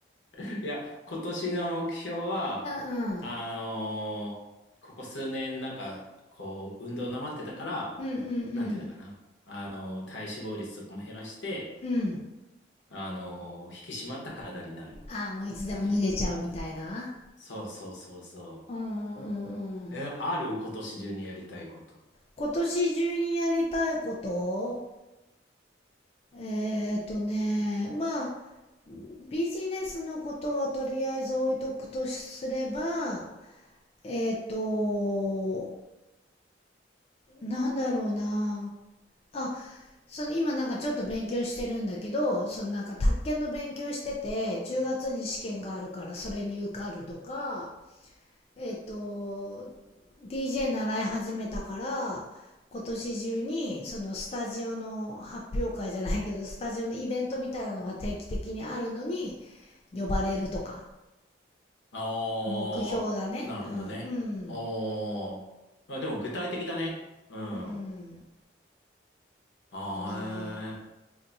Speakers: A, on the left; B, on the left.
A: <laughs> いや、今年の目標は、
B: うんうん。
A: あのーここ数年なんか、こう、運動なまってたから、
B: うんうん
A: なんていうのかな。あのー体脂肪率とかも減らして、
B: うん。うん。
A: あのー引き締まった体になる。
B: ああ、もういつでも脱げちゃうみたいな。
A: だね。そうそうそうそ
B: うんうんう
A: う。え、
B: ん。
A: ある今年中にやりたいこと。
B: 今年中にやりたいことえーとね、まあ、ビジネスのことはとりあえず置いとくとすれば、えっと、なんだろうな。あ、その今なんかちょっと勉強してるんだけど、そのなんか宅建の勉強してて、10月に試験があるからそれに受かるとか、えっと、DJ 習い始めたから、今年中にそのスタジオの発表会じゃないけどスタジオのイベントみたいなのが定期的にあるのに呼ばれるとか
A: ああ、
B: 目標だね。
A: なるほどね。
B: うん、
A: おー。まあ、でも具体的だね。うん。
B: うん、うん、
A: ああ、
B: かな。
A: えー